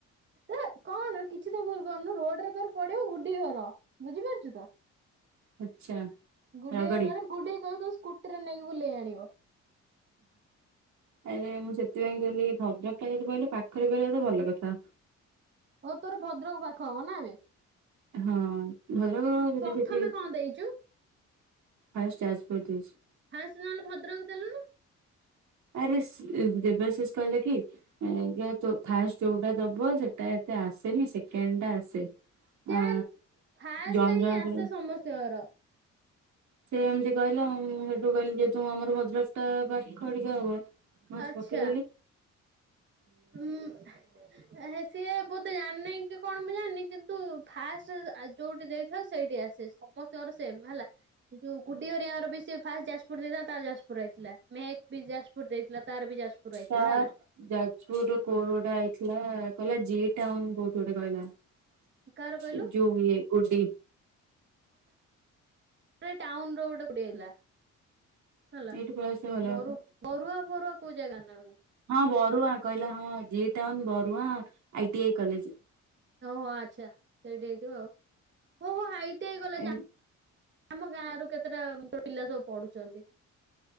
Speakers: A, on the right; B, on the right.
A: ଏ କଣ କିଛି ତ ଭୁଲ କରୁନୁ ରୋଡ଼ରେ ତୋର ପଡିବ ଗୁଡି ଘର ବୁଝିପାରୁଚୁ ତ।
B: ଆଚ୍ଛା
A: ଗୁଡ଼ିଘର
B: ରଗଡି।
A: ମାନେ ଗୁଡ଼ି କହିବୁ ତା ସ୍କୁଟିରେ ନେଇକି ବୁଲେଇ ଆଣିବ।
B: ଆରେ ମୁଁ ସେଥିପାଇଁ କହିଲି ଭଦ୍ରକ ଟା ଯଦି କହିଲେ ପାଖରେ ଗହଲେ ଭଲ କଥା।
A: ଓ ତୋର ଭଦ୍ରକ ପାଖ ହବ ନାବେ?
B: ହଁ ଭଦ୍ରକ ଯିବି
A: ପ୍ରଥମେ
B: ସେଠି।
A: କଣ ଦେଇଛୁ
B: ହାଇଷ୍ଟ ଆଜପର ଦେଇଚି।
A: ଫାଷ୍ଟ ନହେଲେ ଭଦ୍ରକ ଦେଲୁନୁ।
B: ଆରେ ଦେବଶିଷ କହିଲେ କିଞ ଫାଷ୍ଟ ଯୋଉଟା ଦବୁ ସେଟା ତେ ଆସେନି ସେକେଣ୍ଡ ଟା ଆସେ
A: ଚାଲ
B: ଆ
A: ଫାଷ୍ଟ
B: ଜଣ
A: ହିଁ
B: ଜଣା
A: ଆସେ
B: କର
A: ସମସ୍ତଙ୍କର
B: ସେ ଏମିତି କହିଲା ଆ ମୁଁ ହେଠୁ କହିଲି ଯେହେତୁ ଆମର ଭଦ୍ରକ ଟା ବାହାର ଖଡିକ ହବ ବାସ
A: ଆଚ୍ଛା
B: ପକେଇଦଲି।
A: ଉଁ ହେ ସିଏ ବୋଧେ ଜାଣିନାହି କି କଣ। ମୁଁ ଜାଣିନି କିନ୍ତୁ ଫାଷ୍ଟ ଆ ଯୋଉଠି ଦେଇଥାଉ ସେଇଠି ଆସେ ସମସ୍ତଙ୍କର ସେମ ହେଲା। ଯୋଉ ଗୁଡ଼ି ହରିଆର ବି ସେ ଫାଷ୍ଟ ଯାଜପୁର ଦେଇଥିଲା ତାର ଯାଜପୁର ଆଇଥିଲା ମେହକ୍ ବି ଯାଜପୁର ଦେଇଥିଲା ତାର ବି ଯାଜପୁର
B: ସାର
A: ଆଇଥିଲା ହେଲା
B: ଯାଜପୁର। କୋଉଠି ଗୋଟେ ଆଇଥିଲା କହିଲା ଜି ଟାଉନ୍ କୋଉଠି ଗୋଟେ କହିଲା।
A: କାହାର କହିଲୁ
B: ଯୋ ଇଏ ଗୁଡ଼ି
A: ପ ଟାଉନର କୁ ପଡିଯାଇଥିଲା। ହେଲା
B: ଏଇଠି ପଳେଇ ଆସିବା ଭଲ
A: ବରୁ
B: କଥା
A: ବରୁଆ ବରୁଆ କୋଉ ଜାଗା ନାବେ?
B: ହଁ ବରୁଆ କହିଲା ହଁ ଜି town Barua I T E college.
A: ଓହୋ ଆଚ୍ଛା ସେଇଠି ହେଇଥିବ ଆଉ ଓହୋ ଆଇ ଟି ଆଇ କଲେଜ
B: ଏମ
A: ଆମ ଗାଁ ରୁ କେତେଟା ପିଲା ସବୁ ପଢ଼ୁଚନ୍ତି।